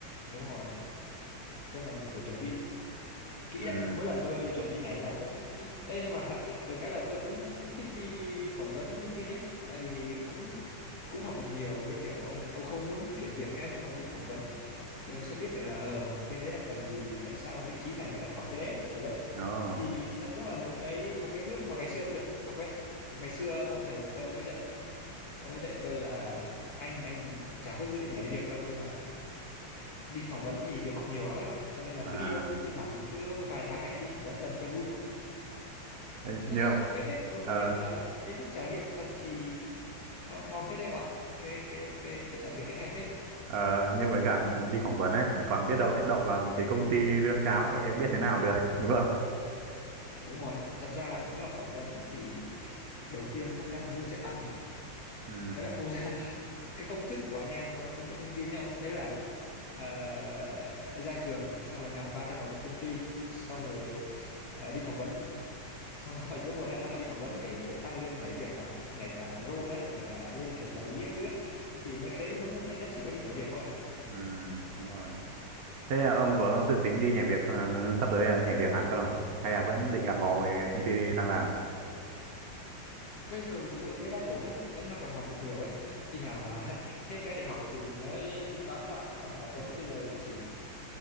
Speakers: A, on the left; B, on the right.
A: đúng rồi cơ mà là mình phải chuẩn bị kỹ
B: ừ
A: đấy mỗi lần tôi chuẩn bị nhảy là tôi cũng kỹ Ê, nhưng mà <laughs> được cái là tôi cũng thích đi phỏng vấn linh tinh ấy tại vì cũng cũng học được nhiều như kiểu ông ông không muốn chuyển việc nhá nhưng mà ông đi phỏng vấn thì ông sẽ biết được là ờ bên đấy đang cần gì tại sao vị trí này người ta lại hỏi cái đấy kiểu đấy
B: đó
A: thì nó cũng là một cái một cái bước mà ngày xưa tôi được học đấy ngày xưa ông thầy của tôi ông ấy dạy ông ấy dạy tôi là anh anh chả có dự định nhảy việc đâu nhưng mà đi phỏng vấn thì được học nhiều lắm em ạ cho nên là
B: à
A: cứ đi thôi thi thoảng cứ vài tháng anh lại đi phỏng vấn lần cho vui
B: thế nhưng
A: tôi thấy
B: mà-
A: ok phết ừ,
B: ờ
A: công nhận là đến lúc trải nghiệm thật thì nó ngon phết đấy không ạ cái cái cái cái cái trải nghiệm đấy hay phết
B: ờ nhưng với cả đi phỏng vấn ấy lại còn biết đâu lại đậu vào một cái công ty lương cao ấy em biết thế nào được <laughs> đúng không
A: đúng rồi thật ra nếu mà phỏng vấn thì đầu tiên chắc chắn là lương sẽ tăng mà
B: ừ
A: đấy là công <laughs> cái công thức của anh em ờ, công nghệ thông tin đấy không đấy là ờ, ra trường xong rồi làm 3 năm ở một công ty xong rồi ờ, đi phỏng vấn xong rồi cứ một hai năm lại đi phỏng vấn để tăng lương nhảy việc mà nhảy cả role đấy nhảy cả lên kiểu quản lý các thứ ấy thì mấy cái đấy muốn lên nhanh nhất chỉ có đi nhảy việc thôi
B: ừ đúng rồi thế là ông có dự tính đi nhảy việc ờ, sắp tới là nhảy việc hẳn không hay là vẫn định gắn bó với công ty đang làm
A: bây giờ thì tôi thấy đang ổn đấy vẫn đang còn học được nhiều ấy khi nào mà <laughs> hết cái để học thì mình mới tính toán đúng không ạ còn phỏng vấn bây giờ thì chỉ